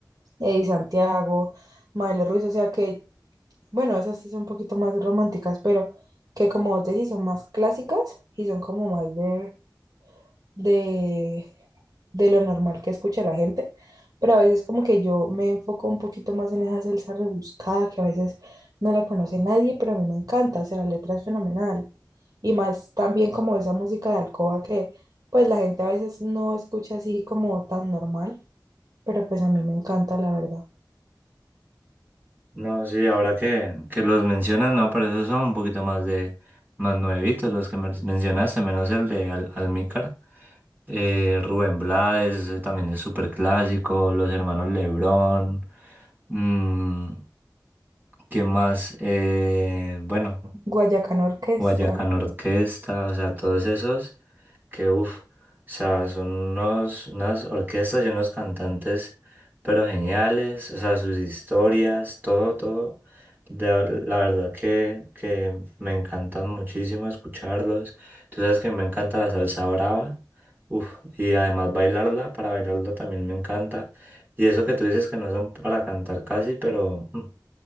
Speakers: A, on the right; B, on the right.
A: Eddie Santiago, Maile Ruiz, o sea que, bueno, esas sí son un poquito más románticas, pero que como vos decís, son más clásicas y son como más de de, de lo normal que escucha la gente, pero a veces como que yo me enfoco un poquito más en esa salsa rebuscada que a veces no la conoce nadie, pero a mí me encanta, o sea, la letra es fenomenal. Y más también como esa música de alcoba que pues la gente a veces no escucha así como tan normal, pero pues a mí me encanta, la verdad.
B: No, sí, ahora que, que los mencionas, no, pero esos son un poquito más de más nuevitos los que men- mencionaste, menos el de Al Almícar. Eh, Rubén Blades, ese también es súper clásico, los hermanos Lebrón, mm, ¿qué más? Eh, bueno,
A: Guayacán Orquesta.
B: Guayacán Orquesta, o sea, todos esos que uff, o sea, son unos, unas orquestas y unos cantantes, pero geniales, o sea, sus historias, todo, todo. de- la verdad que, que me encantan muchísimo escucharlos. Tú sabes que me encanta la salsa brava, uff, y además bailarla, para bailarla también me encanta. Y eso que tú dices que no son para cantar casi, pero... mm,